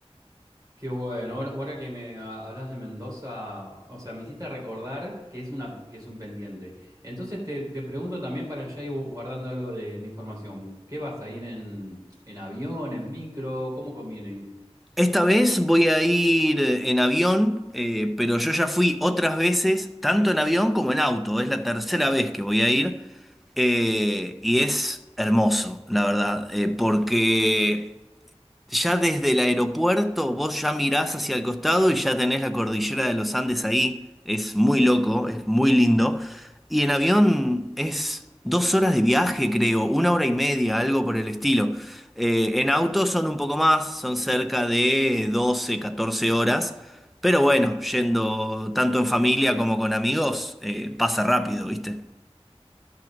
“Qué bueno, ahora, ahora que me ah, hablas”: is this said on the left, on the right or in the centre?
Right